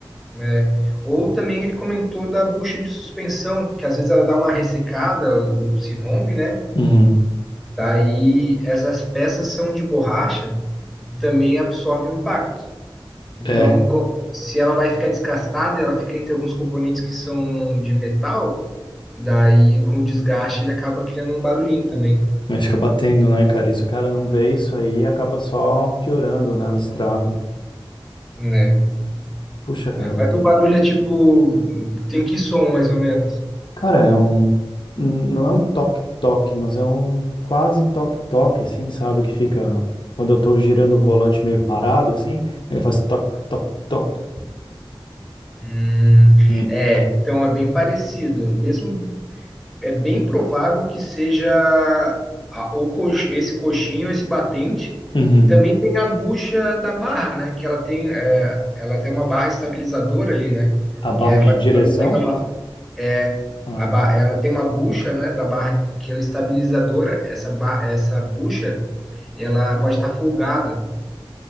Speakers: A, in the centre; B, on the left.
A: É. Ou também ele comentou da bucha de suspensão, que às vezes ela dá uma ressecada ou se rompe, né?
B: Uhum.
A: Daí essas peças são de borracha e também absorve o impacto. Então,
B: É.
A: co- se ela vai ficar desgastada, ela fica entre alguns componentes que são de metal, daí com o desgaste ele acaba criando um barulhinho também,
B: Mas fica batendo, né, cara? E se o cara não vê isso aí, acaba só piorando, né, o estrago.
A: né?
B: Puxa, cara, eu vou
A: Mas
B: ter
A: o
B: que.
A: barulho é tipo, tem que som mais ou menos?
B: Cara, é um. n- Não é um toque-toque, mas é um quase toque-toque, assim, sabe? Que fica. Quando eu tô girando o volante meio parado, assim, ele faz toque-toque-toque.
A: Hum,
B: Hum.
A: é, então é bem parecido. Mesmo é bem provável que seja a- ou cox- esse coxinho, esse batente.
B: Uhum.
A: Também tem a bucha da barra, né? Que ela tem, é, ela tem uma barra estabilizadora ali, né?
B: A barra
A: Que é ela,
B: de direção?
A: quando ela pega uma, é,
B: Ah,
A: a ba- ela tem uma bucha, né? Da barra que ela é estabilizadora. Essa, ba- essa bucha, ela pode estar folgada.